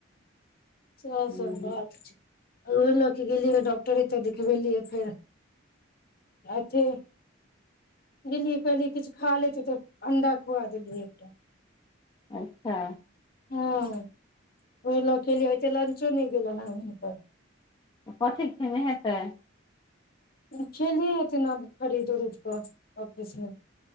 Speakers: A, on the left; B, on the left.
A: सह
B: हूँ
A: सब बात छै उहे लऽ क गेलियै डॉक्टरे तऽ देखिबेलियै फेर अथी गेलियै कहलियै किछु खा लेते तऽ अंडा खुआ देलियै एकटा
B: अच्छा
A: ह ओहि ल ख ल हो लंचो नहि गेल ने हुनक
B: कथी खेने हेतै
A: <unintelligible> ऑफिस मे